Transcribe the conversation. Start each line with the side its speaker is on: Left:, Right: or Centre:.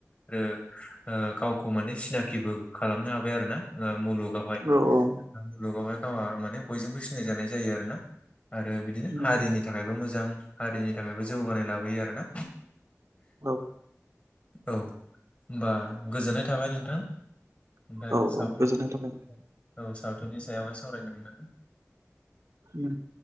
Left: ओ ओ गावखौ माने सिनाखिबो खालामनो हाबाय आरो ना ओ मुलुगावहाय।
Right: औ औ
Left: <unintelligible> बहाय गावहा माने बयजोंबो सिनायजानाय जायो आरोना आरो बिदिनो
Right: नंगौ
Left: हारिनि थाखायबो मोजां। हारिनि थाखायबो जौगानाय लाबोयो आरोना।
Right: औ
Left: औ होमबा गोजोननाय थाबाय नोंथां। दा
Right: औ
Left: सावथुननि
Right: औ गोजोननाय थाबाय।
Left: औ सावथुननि सायावहाय सावरायनो मोननानै।
Right: उम